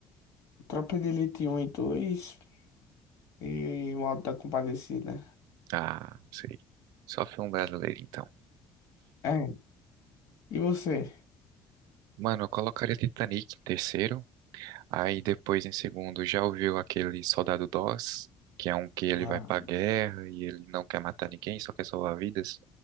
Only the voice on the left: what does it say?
Tropa de Elite 1 e 2 e o Auto da Compadecida.
É. E você?
Ah,